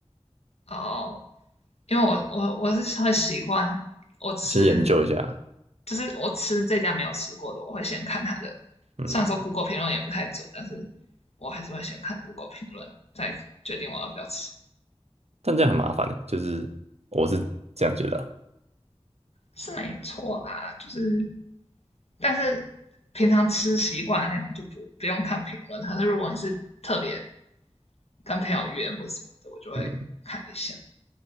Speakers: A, on the left (about 70°); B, on the right (about 70°).
A: 哦，因为我我我是会习惯我吃
B: 啊先研究一下，
A: 就是我吃这家没有吃过的，我会先看它的。
B: 嗯，
A: 虽然说 Google 评论也不太准，但是我还是会先看 Google 评论，再决定我要不要吃，
B: 但这样很麻烦的，就是我是这样觉得啊
A: 是没错啦。就是，但是平常吃习惯的那种就不不用看评论。可是如果你是特别跟朋友约或什么的，我就会看一下。
B: 嗯。